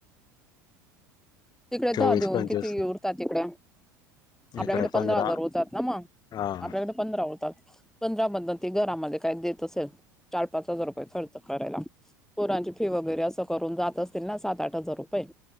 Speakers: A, in the centre; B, on the left.
A: तिकडे
B: चोवीस
A: दहा देऊन,
B: पंचवीस
A: किती उरतात ईकडे. आपल्याकडे
B: इकडे
A: पंधरा हजार
B: हा
A: होतात ना म
B: हम्म
A: आपल्याकडे पंधरा होतात, पंधरा मधनते घरामध्ये काय देत असेल चार, पाच हजार रुपये खर्च. करायला, पोरांची फी वगैरे असं करून जात असतील ना सात, आठ हजार रुपये.